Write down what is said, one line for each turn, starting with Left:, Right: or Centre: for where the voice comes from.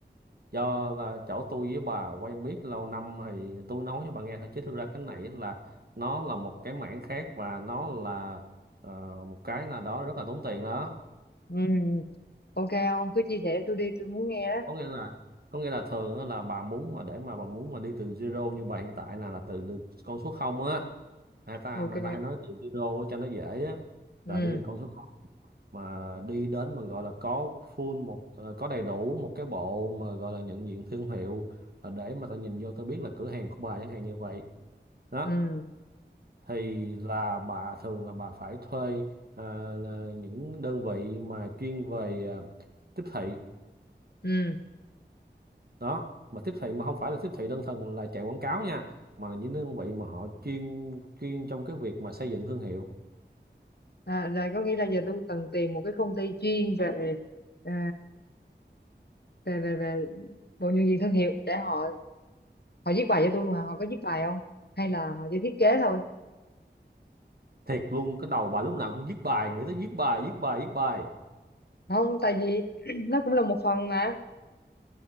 Right: do là chỗ tôi với bà quen biết lâu năm thì tôi nói cho bà nghe thôi chứ thực ra cái này á là nó là một cái mảng khác và nó là ờ, một cái là đó rất là tốn tiền đó
Left: ừ ok ông cứ chia sẻ tôi đi tôi muốn nghe đó
Right: có nghĩa là có nghĩa là thường á là bà muốn mà để mà bà muốn mà đi từ zero như bà hiện tại là là từ, từ con số không á người ta
Left: ok
Right: mà ta hay nói từ zero á cho nó dễ á
Left: ừ
Right: là đi từ con số mà đi đến mà gọi là có full một ờ, có đầy đủ một cái bộ mà gọi là nhận diện thương hiệu ờ, để mà tao nhìn vô tao biết là cửa hàng của bà chẳng hạn như vậy đó
Left: ừ
Right: thì là bà thường là bà phải thuê ờ, là những đơn vị mà chuyên về ờ, tiếp thị
Left: ừ
Right: đó mà tiếp thị mà không phải là tiếp thị đơn thuần là chạy quảng cáo nha mà là những đơn vị mà họ chuyên chuyên trong cái việc mà xây dựng thương hiệu
Left: à, là có nghĩa là giờ tôi cần tìm một cái công ty chuyên về ờ, về về về bộ nhân viên thương hiệu để họ họ viết bài cho tôi luôn hả họ có viết bài không hay là họ chỉ thiết kế thôi
Right: thiệt luôn cái đầu bà lúc nào cũng viết bài người ta viết bài viết bài viết bài
Left: không tại vì <clears throat> nó cũng là một phần mà